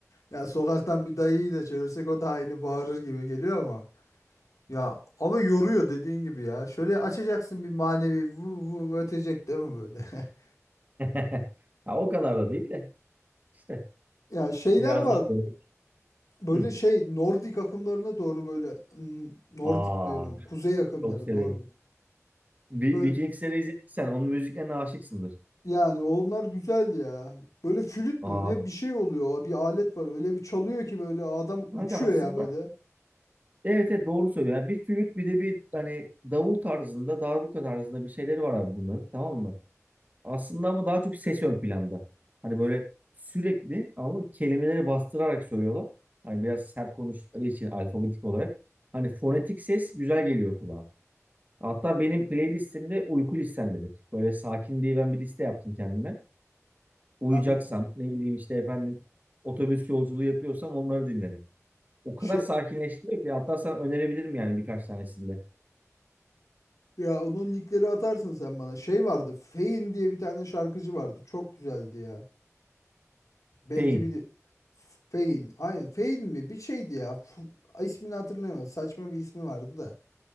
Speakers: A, on the left; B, on the right.
A: Ya sokaktan bir dayıyı da çevirsek o da aynı bağırır gibi geliyor ama. Ya ama yoruyor dediğin gibi ya. Şöyle açacaksın bir manevi vu vu vu ötecek değil mi böyle? <laughs>
B: <laughs> Ha, o kadar da değil de işte
A: Ya şeyler
B: biraz
A: var.
B: daha böyle.
A: Böyle
B: Hı.
A: şey Nordik akımlarına doğru böyle n- Nordik
B: Aa
A: diyorum. Kuzey akımları
B: çok severim.
A: Nordik.
B: Vi-
A: Böyle
B: Vikings serisi izlediysen onun müziklerine aşıksındır.
A: yani onlar güzel ya. Böyle flüt
B: Aa
A: mü ne bir şey oluyor. Bir alet var. Öyle bir çalıyor ki böyle adam
B: kanka
A: uçuyor
B: aslında
A: ya böyle.
B: Evet evet doğru söylüyor. Yani bir flüt bir de bir hani davul tarzında, darbuka tarzında bir şeyleri var abi bunların tamam mı? Aslında ama daha çok ses ön planda. Hani böyle sürekli anladın mı? Kelimeleri bastırarak söylüyorlar. Hani biraz sert konuştukları için alfabetik olarak. Hani fonetik ses güzel geliyor kulağa. Hatta benim playlistimde uyku listemdedir. Böyle sakin diye ben bir liste yaptım kendime. Uyuyacaksam
A: Ya bir
B: ne bileyim işte efendim otobüs yolculuğu yapıyorsam onları dinlerim. O kadar
A: şey
B: sakinleştiriyor ki hatta sana önerebilirim yani birkaç tanesinde.
A: ya onun linkleri atarsın sen bana. Şey vardı. Fein diye bir tane şarkıcı vardı. Çok güzeldi ya. Belki
B: Fame.
A: bir Fein. Aynen Fein mi? Bir şeydi ya. F- ismini hatırlayamadım. Saçma bir ismi vardı da.